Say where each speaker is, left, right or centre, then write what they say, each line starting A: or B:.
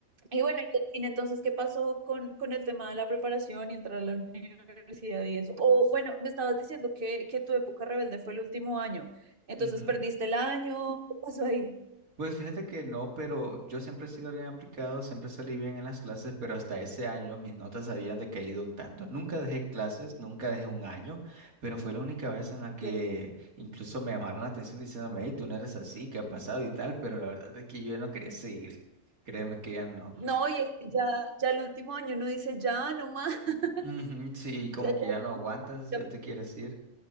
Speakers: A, on the right (about 40°); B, on the right (about 80°).
A: y bueno, y al fin, entonces, ¿qué pasó con, con el tema de la preparación y entrar a la universidad y eso? O bueno, me estabas diciendo que, que tu época rebelde fue el último año, entonces
B: Ujú.
A: perdiste el año, ¿qué pasó ahí?
B: Pues fíjate que no, pero yo siempre he sido alguien aplicado, siempre salí bien en las clases, pero hasta ese año mis notas habían decaído un tanto. Nunca dejé clases, nunca dejé un año, pero fue la única vez en la
A: Ok.
B: que incluso me llamaron la atención diciéndome, hey, tú no eres así, ¿qué ha pasado y tal? Pero la verdad es que yo ya no quería seguir. Créeme que ya no.
A: No, y es que ya, ya el último año no dice ya, no más. <laughs>
B: Ujú, sí, como
A: O sea,
B: que ya no aguantas, ya
A: ya-
B: te quieres ir.